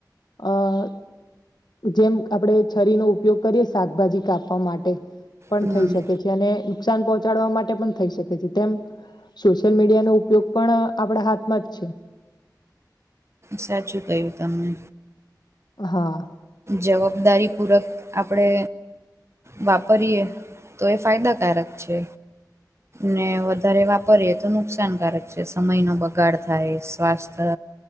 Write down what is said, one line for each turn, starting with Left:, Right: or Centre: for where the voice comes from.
Left: અ જેમ આપડે છરીનો ઉપયોગ કરીએ શાકભાજી કાપવા માટે, પણ
Right: હમ
Left: થઈ શકે છે. અને નુકસાન પહોંચાડવા માટે પણ થઈ શકે છે તેમ સોશિયલ મીડિયાનો ઉપયોગ પણ આપણા હાથમાં જ છે.
Right: સાચું કયું તમને.
Left: હા.
Right: જવાબદારી પૂર્વક આપણે વાપરીયએ તો એ ફાયદાકારક છે. ને વધારે વાપરીએ તો નુકસાનકારક છે સમય નો બગાડ થાય સ્વાસ્થ્ય